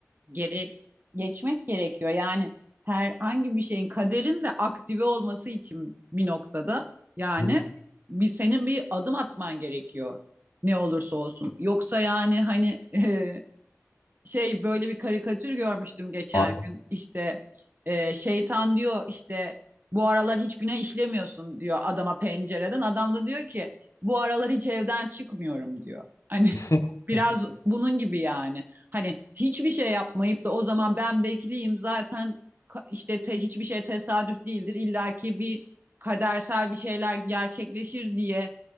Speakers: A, on the right; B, on the left.
A: gere geçmek gerekiyor. Yani herhangi bir şeyin kaderin de aktive olması için bir noktada yani
B: Hı.
A: bir senin bir adım atman gerekiyor ne olursa olsun. Yoksa yani hani <laughs> şey böyle bir karikatür görmüştüm geçen
B: Pardon.
A: gün. İşte e, şeytan diyor işte bu aralar hiç günah işlemiyorsun diyor adama pencereden. Adam da diyor ki bu aralar hiç evden çıkmıyorum diyor. Hani
B: <laughs>
A: <laughs> biraz bunun gibi yani. Hani hiçbir şey yapmayıp da o zaman ben bekleyeyim zaten ka- işte te- hiçbir şey tesadüf değildir. illaki bir kadersel bir şeyler gerçekleşir diye